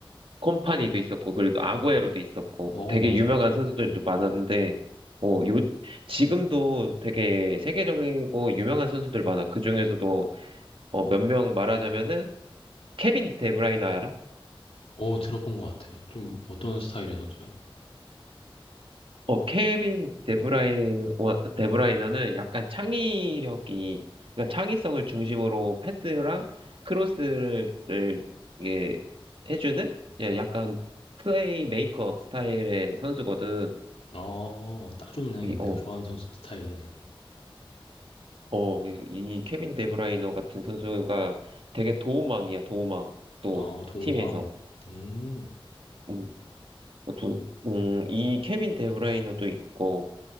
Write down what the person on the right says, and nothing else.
콤파니도 있었고, 그래도 아구에로도
있었고,
되게
유명한
선수들도
많았는데, 어, 요, 지금도 되게 세계적이고 유명한 선수들 많아. 그 중에서도, 어, 몇 명 말하자면은, 케빈 데브라이너 알아?
어, 케빈 데브라이너, 어, 데브라이너는 약간 창의력이,
그러니까 창의성을 중심으로 패스랑 크로스를, 이게, 해주는? 예, 약간 플레이메이커 스타일의 선수거든.
이,
어,
어, 이 이 케빈 데브라이너 같은 선수가 되게 도움망이야, 도움망. 또,
팀에서.
음, 좀, 음, 이 케빈 데브라이너도 있고,